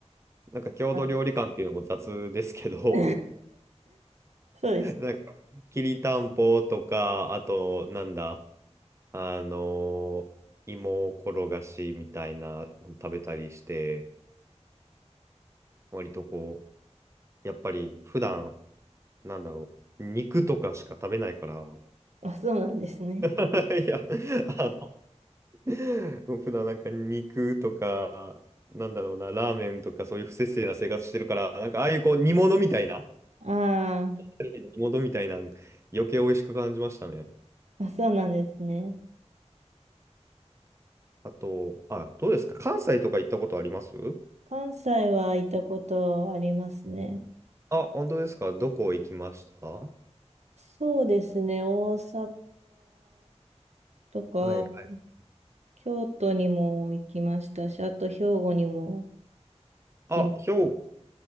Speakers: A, on the right; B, on the right.
A: なんか郷土料理感っていうのも雑ですけど、
B: あ <laughs>
A: <laughs>
B: そうです。
A: なんかきりたんぽとか、あとなんだ、あの、芋転がしみたいなの食べたりして、割とこう、やっぱり普段、なんだろう、肉とかしか食べないから、
B: あ、そうなんですね。
A: <laughs> いや、あの、<laughs> 普段なんか肉とか、なんだろうな、ラーメンとかそういう不摂生な生活してるから、なんかああいうこう煮物みたいな、
B: あ
A: 煮物みたいな、余計美味しく感じましたね。
B: ーあ、そうなんですね。
A: あと、あ、どうですか関西とか行ったことあります
B: 関西はいたことありますね。
A: あ、本当ですかどこ行きましたは
B: そうですね。大阪とか、
A: いはい。
B: 京都にも行きましたし、あと兵庫にも
A: あ、
B: 行きました。
A: 兵